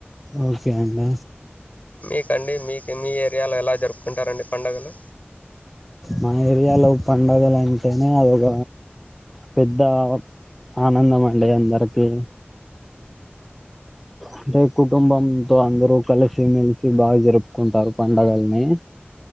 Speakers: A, in the centre; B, on the left.
A: ఓకే అండి
B: మీకండి మీకు మీ ఏరియాలో ఎలా జరుపుకుంటారండి పండుగలు
A: మా ఏరియాలో పండగలు అంటేనే అదొక పెద్ద ఆనందం అండి అందరికి అంటే కుటుంబంతో అందరు కలిసి మెలిసి బాగా జరుపుకుంటారు పండగల్ని